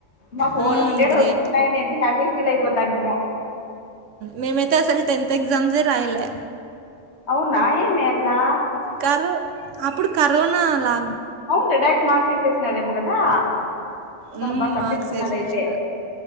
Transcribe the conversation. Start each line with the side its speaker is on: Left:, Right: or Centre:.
Left: మాకు
Right: హ్మ్.
Left: ఫోర్ Hundred
Right: great.
Left: వస్తున్నాయని ఎంత హ్యాపీ ఫీల్ అయిపోతా అంటమో
Right: మేమైతే అసలు టెన్త్ ఎగ్జామ్స్ రాయలే
Left: అవునా ఏమీ అట్లా
Right: క అప్పుడు కరోనా లా
Left: అవును డైరెక్ట్ మార్చేసేసినారేమో కదా బా
Right: ఉమ్
Left: బా తప్పించుకున్నారైతే
Right: మార్క్స్ వేసేసిన